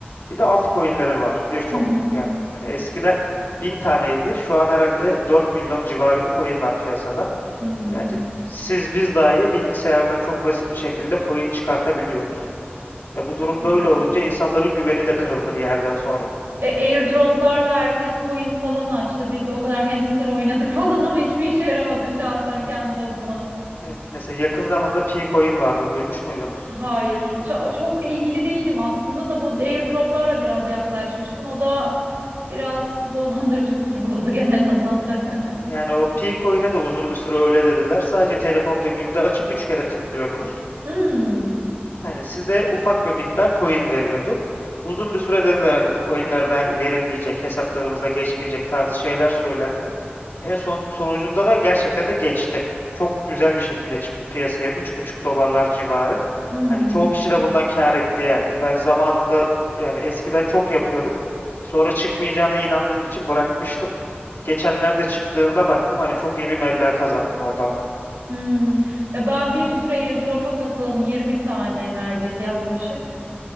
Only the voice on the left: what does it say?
Bir de altcoin'leri var. Birçok
yani eskiden 1000 taneydi. Şu an herhalde 4 milyon civarı bir coin var piyasada.
Yani siz biz dahi bilgisayardan çok basit bir şekilde coin çıkartabiliyoruz. E bu
durum böyle olunca insanların güveni de kırıldı bir yerden sonra.
Evet, mesela yakın zamanda P-Coin vardı. Duymuş muydunuz?
Evet.
Yani o pi coin'e de uzun bir süre öyle dediler. Sadece telefonda günde açıp 3 kere tıklıyordunuz.
Hani size ufak bir miktar coin veriyordu. Uzun bir süre dediler hani bu coinler ver, verilmeyecek, hesaplarımıza geçmeyecek tarzı şeyler söylendi. En son sonucunda da gerçekten de geçti. Çok güzel bir şekilde çıktı piyasaya 3,5 dolarlar civarı.
Hani çoğu kişi de bundan kâr etti yani. Ben zamanında yani eskiden çok yapıyordum. Sonra çıkmayacağına inandığım için bırakmıştım. Geçenlerde çıktığında baktım hani çok iyi bir meblağ kazandım oradan da.